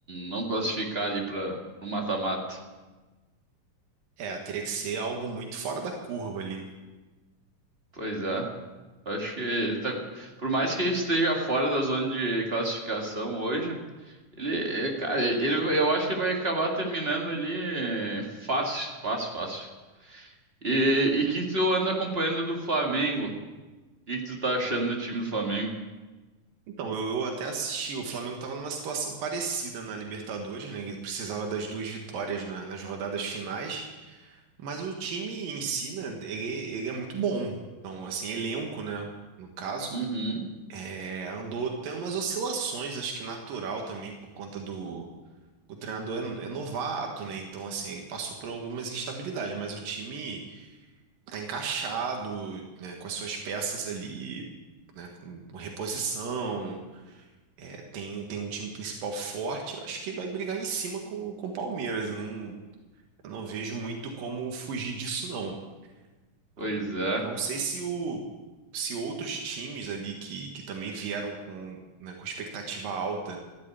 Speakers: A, on the right; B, on the right.
A: não classificar ali para o mata-mata.
B: É, teria que ser algo muito fora da curva ali.
A: Pois é. Acho que ele tá. com- Por mais que ele esteja fora da zona de classificação hoje, ele, é, cara, ele, eu acho que ele vai acabar terminando ali é, fácil, fácil, fácil. E, e que tu anda acompanhando do Flamengo? O que que tu tá achando do time do Flamengo?
B: Então, eu, eu até assisti, o Flamengo estava numa situação parecida na Libertadores, né? Ele precisava das duas vitórias na- nas rodadas finais. Mas o time em si, né, ele, ele é muito bom. Então, assim, elenco, né, no caso,
A: Uhum.
B: é, andou tendo umas oscilações, acho que natural também, por conta do... O treinador é, no- é novato, né, então, assim, ele passou por algumas instabilidades, mas o time tá encaixado, né, com as suas peças ali, né, com reposição, é, tem, tem um time principal forte, eu acho que vai brigar em cima com com o Palmeiras, eu não... Eu não vejo muito como fugir disso, não. Então,
A: Pois é.
B: não sei se o se outros times ali que, que também vieram com, né, com expectativa alta